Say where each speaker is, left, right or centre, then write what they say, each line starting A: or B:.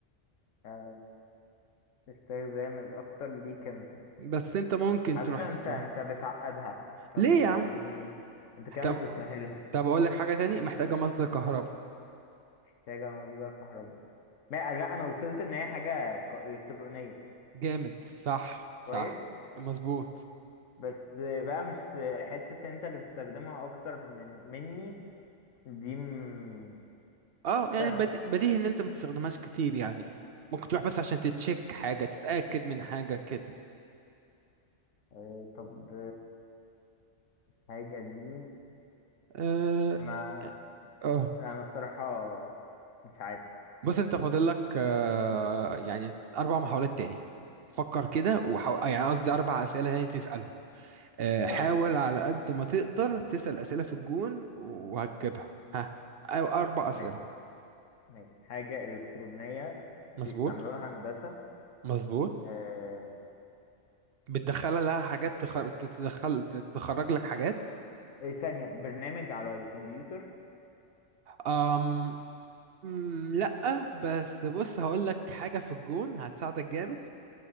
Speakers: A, on the left; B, on the right.
A: آه، استخدام الأكتر ليك أنت
B: بس انت ممكن
A: على
B: تروح
A: فكرة
B: تستخدم
A: أنت أنت بتعقدها طب
B: ليه يا عم
A: دي أنت كده
B: طب
A: مش بتسهلها
B: طب اقول لك حاجه تاني محتاجه مصدر كهرباء
A: محتاجة مصدر كهرباء ما لا أنا وصلت إن هي حاجة ك- إلكترونية
B: جامد صح صح
A: كويس؟
B: مظبوط
A: بس بقى مش حتة انت اللي بتستخدمها اكتر من مني دي م...
B: اه
A: استنى
B: يعني بدي- بديهي ان انت ما تستخدمهاش كتير يعني ممكن تروح بس عشان تتشيك حاجة تتأكد من حاجة كده
A: آه، طب حاجة دي
B: اه
A: انا
B: آه. آه.
A: انا الصراحة مش عارف
B: بص انت فاضل لك آه يعني اربع محاولات تاني فكر كده وحاول يعني قصدي اربع اسئلة تاني تسألهم آه حاول
A: طيب
B: على قد ما تقدر تسأل اسئلة في الجون وهتجيبها ها أو اربع اسئلة
A: ماشي ماشي حاجة إلكترونية
B: مظبوط
A: بيستعملوها هندسة
B: مظبوط
A: آه،
B: بتدخلها لها حاجات تخر... تتدخل تتخرج لك حاجات
A: ايه ثانية برنامج على الكمبيوتر
B: أم مم، لأ بس بص هقول لك حاجة في الجون هتساعدك جامد